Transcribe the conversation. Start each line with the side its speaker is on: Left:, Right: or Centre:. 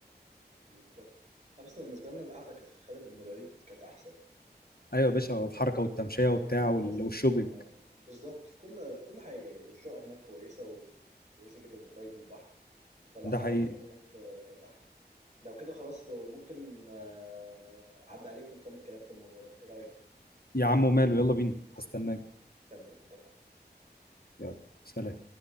Right: دي تحفة آه، بس بالنسبة لنا القعدة كانت في خالد بن الوليد كانت أحسن
Left: ايوه يا باشا
Right: آه،
Left: الحركه والتمشيه وبتاع وال...
Right: بس
Left: والشوبينج
Right: آه، يعني بالظبط في كل في كل حاجة والشقة هناك كويسة وكويسة جدا وقريب للبحر فلا
Left: ده
Right: قعدة
Left: حقيقي
Right: في خالد بن الوليد ك- كانت أحلى لو كده خلاص لو ممكن آه، أعدي عليك ونكمل كلام في الموضوع ده إيه رأيك؟
Left: يا عم وماله يلا بينا هستناك
Right: تمام اتفقنا
Left: يلا سلام